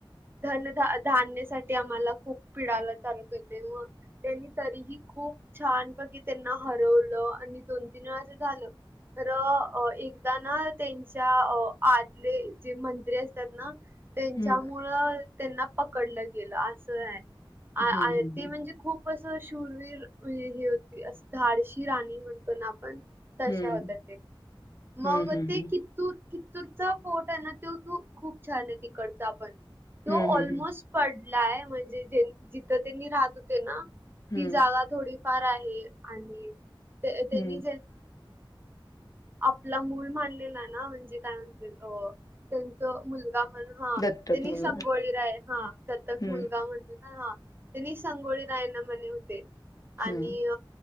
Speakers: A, on the right; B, on the left.
A: धनध धान्यसाठी आम्हाला खूप पिडाला चालू केलतेत मग त्यांनी तरीही खूप छान बघित त्यांनी हरवल आणि दोन तीन वेळाच झालं तर एकदा ना त्यांच्या आतले जे मंत्री असतात ना त्यांच्यामुळ
B: हं.
A: त्यांना पकडलं गेलं असं आहे
B: हं, हं,
A: ते
B: हं.
A: म्हणजे खूप शूरवीर हे होती अस धाडशी राणी म्हणतो ना आपण तशा
B: हं.
A: होत्या ते मग
B: हं, हं,
A: ते
B: हं.
A: कित्तूरचा फोर्ट आहे ना तो त खूप छान आहे, तिकडचा आपण तो
B: हं, हं,
A: ऑलमोस्ट
B: हं.
A: पडलाय म्हणजे ज जिथं त्यांनी राहत होते ना
B: हं,
A: ती जागा थोडीफार आहे. आणि त्यांनी
B: हं.
A: आपला मूल माडलेला ना म्हणजे काय म्हण त्यांच मुलगा म्हण हा
B: दत्तक
A: त्यांनी
B: मुलगा.
A: संगोळी रा आहे दतक
B: हं,
A: मुलगा म्हणत ह हा त्यांनी संगोळी रायणं म्हणे होते
B: हं.
A: आणि